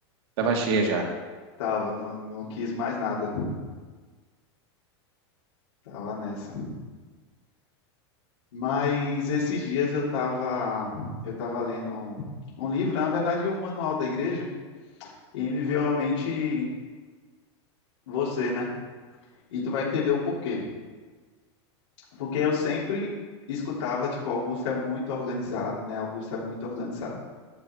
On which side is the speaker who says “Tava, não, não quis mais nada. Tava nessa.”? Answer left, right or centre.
Left